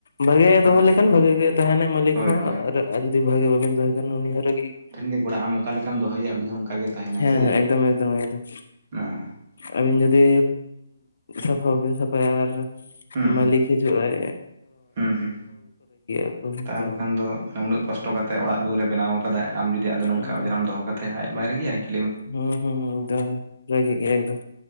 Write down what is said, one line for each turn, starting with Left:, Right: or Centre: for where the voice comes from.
Left: ᱵᱷᱟᱜᱮ ᱜᱮ
Right: ᱦᱩᱸ
Left: ᱫᱚᱦᱚ ᱞᱮᱠᱷᱟᱱ ᱵᱷᱟᱜᱮ ᱜᱮ ᱛᱟᱦᱮᱱᱟᱭ ᱢᱟᱹᱤᱠ
Right: ᱦᱳᱭ
Left: ᱦᱚᱸ
Right: ᱦᱳᱭ
Left: ᱟᱨ ᱡᱩᱫᱤ ᱵᱷᱟᱜᱮ ᱵᱟ ᱵᱤᱱ ᱫᱚᱦᱚᱭ ᱠᱷᱟᱱ ᱩᱱᱤ ᱦᱚ ᱨᱟᱹᱜᱤ ᱜᱤ
Right: ᱚᱲᱟᱜ ᱟᱢ ᱚᱠᱟ ᱞᱮᱠᱟᱢ ᱫᱚᱦᱚᱭᱮᱭᱟ ᱩᱱᱤ ᱦᱚᱸ ᱚᱱᱠᱟᱜᱮ ᱛᱟᱦᱮᱱᱟᱭ
Left: ᱦᱮᱸ
Right: ᱥᱮ ᱪᱤᱛ,
Left: ᱮᱠᱫᱚᱢ ᱮᱠᱫᱚᱢ ᱮᱠᱫᱚᱢ
Right: ᱟᱸ
Left: ᱟᱹᱵᱤᱱ ᱡᱩᱫᱤ ᱥᱟᱯᱷᱟ ᱵᱟᱵᱤᱱ ᱥᱟᱯᱷᱟᱭᱟ ᱟᱨ
Right: ᱦᱩᱸ
Left: ᱢᱟᱹᱞᱤᱠ
Right: ᱦᱩᱸ
Left: ᱦᱤᱡᱩᱜᱟᱭ᱾
Right: ᱦᱩᱸ ᱦᱩᱸ
Left: ᱟᱠᱚ ᱦᱮᱸᱥᱮ
Right: ᱛᱟ ᱵᱟᱠᱷᱟᱱ ᱫᱚ ᱩᱱᱟᱹᱜ ᱠᱚᱥᱴᱚ ᱠᱟᱛᱮ ᱚᱲᱟᱜ ᱫᱩᱣᱟᱹᱨᱮ ᱵᱮᱱᱟᱣ ᱠᱟᱫᱟᱭ᱾ ᱟᱢ ᱡᱩᱫᱤ ᱟᱫᱚ ᱱᱚᱝᱠᱟ
Left: ᱦᱩᱸ
Right: ᱚᱡᱨᱟᱢ ᱫᱚᱦᱚ ᱠᱟᱛᱟᱭᱟ ᱟᱡ ᱵᱟᱭ ᱨᱟᱹᱜᱤ ᱟᱭᱠᱤ᱾
Left: ᱦᱩᱸ ᱦᱩᱸ ᱮᱫᱚᱢ ᱨᱟᱹᱜᱤᱜ ᱜᱮᱭᱟ ᱮᱫᱚᱢ᱾